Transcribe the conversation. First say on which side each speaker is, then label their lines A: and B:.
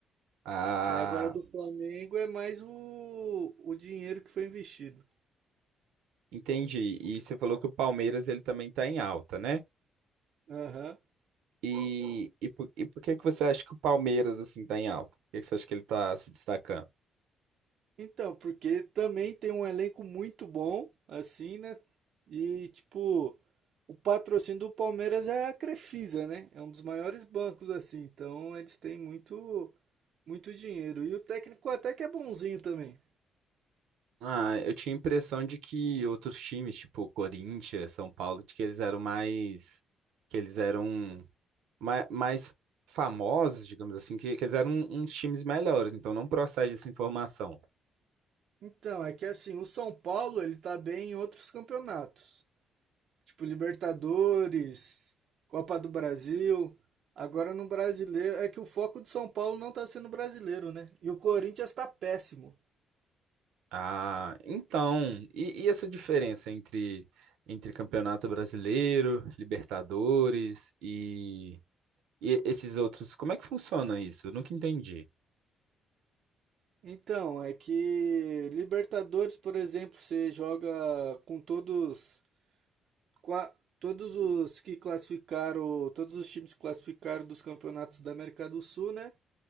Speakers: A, on the right; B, on the right.
A: Ah,
B: Mas agora do Flamengo é mais o, o dinheiro que foi investido.
A: entendi. E você falou que o Palmeiras ele também está em alta, né?
B: Aham.
A: E, e, por, e por que que você acha que o Palmeiras, assim, tá em alta? Por que que você acha que ele tá se destacando?
B: Então, porque também tem um elenco muito bom, assim, né? E, tipo, o patrocínio do Palmeiras é a Crefisa, né? É um dos maiores bancos, assim. Então, eles têm muito, muito dinheiro. E o técnico até que é bonzinho também.
A: Ah, eu tinha a impressão de que outros times, tipo Corinthians, São Paulo, de que eles eram mais, que eles eram mais, mais famosos, digamos assim, que, que eles eram um, uns times melhores, então não procede essa informação.
B: Então, é que, assim, o São Paulo, ele tá bem em outros campeonatos. Tipo, Libertadores, Copa do Brasil. Agora no brasileiro, é que o foco do São Paulo não tá sendo brasileiro, né? E o Corinthians tá péssimo.
A: Ah, então, e, e essa diferença entre, entre Campeonato Brasileiro, Libertadores e E esses outros, como é que funciona isso? Eu nunca entendi.
B: Então, é que Libertadores, por exemplo, você joga com todos, qua- todos os que classificaram, todos os times que classificaram dos campeonatos da América do Sul, né?